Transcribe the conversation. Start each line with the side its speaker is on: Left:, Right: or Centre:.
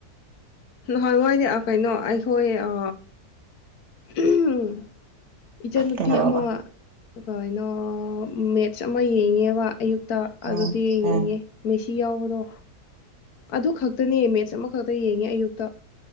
Left: ꯍꯣꯏ ꯃꯣꯏꯗꯤ ꯀꯩꯅꯣ ꯑꯩꯈꯣꯏ ꯑ ꯎꯝ ꯏꯆꯟꯅꯨꯄꯤ
Right: ꯀꯩꯗꯧꯔꯕ
Left: ꯑꯃ ꯀꯩꯅꯣ ꯃꯦꯠꯁ ꯑꯃ ꯌꯦꯡꯉꯦꯕ ꯑꯌꯨꯛꯇ
Right: ꯎꯝ
Left: ꯑꯗꯨꯗꯤ
Right: ꯎꯝ
Left: ꯌꯦꯡꯉꯦ ꯃꯦꯁꯤ ꯌꯥꯎꯕꯗꯣ ꯑꯗꯨ ꯈꯛꯇꯅꯦ ꯃꯦꯠꯁ ꯑꯃꯈꯛꯇ ꯌꯦꯡꯉꯦ ꯑꯌꯨꯛꯇ